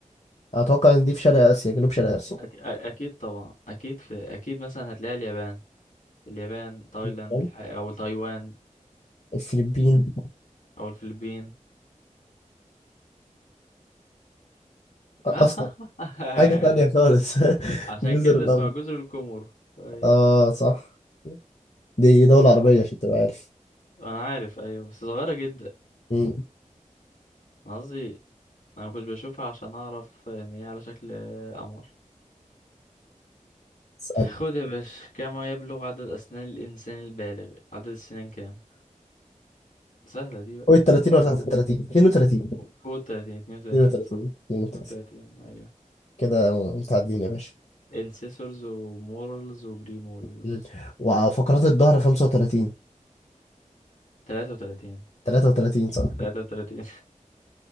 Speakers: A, on the left (about 60°); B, on the left (about 85°).
A: أتوقع إن دي في شرق آسيا جنوب شرق
B: أك... أ- أكيد طبعا أكيد في أكيد مثلا هتلاقي اليابان اليابان تايلاند
A: آسيا
B: الحقيقة أو تايوان
A: الفلبين
B: أو الفلبين
A: أصلا
B: <laughs>
A: حاجة تانية خالص <laughs>
B: عشان
A: جزر
B: كده
A: القمر
B: اسمها جزر القمر ايوه
A: آه صح دي دولة
B: صح
A: عربية عشان تبقى عارف
B: انا عارف ايوه بس صغيرة جدا
A: مم.
B: انا قصدي انا ما كنتش بشوفها عشان اعرف ان هي على شكل قمر
A: اسأل
B: خد يا باشا كم يبلغ عدد اسنان الانسان البالغ عدد السنان كام سهلة دي بقى
A: قول 30 ولا 33 32
B: فوق 30 32
A: 32
B: صح
A: 32
B: 32 ايوه
A: كده متعدين يا باشا
B: انسيسورز ومورلز وبريمورلز
A: مم. وفقرات الظهر 35
B: 33
A: 33 صح
B: 33